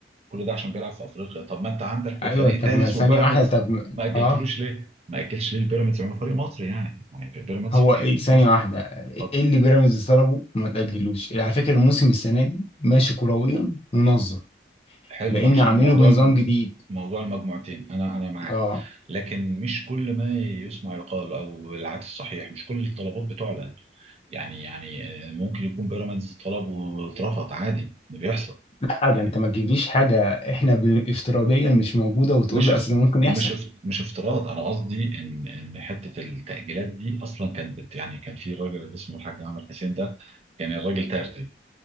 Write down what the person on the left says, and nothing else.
ايوه
طب
ما
ثانيه
واحده طب ما-
اه
هو
ايه ثانيه
واحده
ايه اللي بيراميدز طلبه وما تاجلوش على فكره الموسم السنه دي ماشي كرويا منظم
لان
عاملينه
بنظام
جديد
اه
لا ده
انت ما تجيبليش حاجه احنا ب- افتراضيا مش موجوده وتقول
لي
اصل ممكن
يحصل